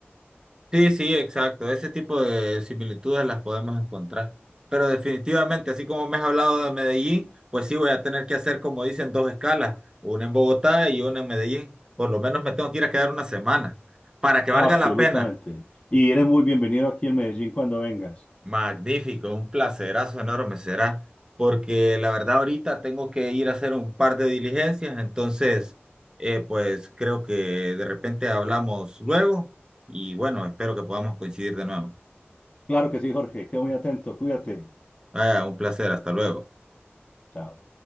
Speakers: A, on the right; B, on the left.
A: Sí, sí, exacto. Ese tipo de similitudes las podemos encontrar. Pero definitivamente, así como me has hablado de Medellín, pues sí voy a tener que hacer, como dicen, dos escalas, una en Bogotá y una en Medellín. Por lo menos me tengo que ir a quedar una semana, para que valga
B: Absolutamente.
A: la pena.
B: Y eres muy bienvenido aquí en Medellín cuando vengas.
A: Magnífico, un placerazo enorme será, porque la verdad ahorita tengo que ir a hacer un par de diligencias, entonces, eh, pues creo que de repente hablamos luego y bueno, espero que podamos coincidir de nuevo.
B: Claro que sí, Jorge. Quedo muy atento. Cuídate.
A: Vaya, un placer, hasta luego.
B: Chao.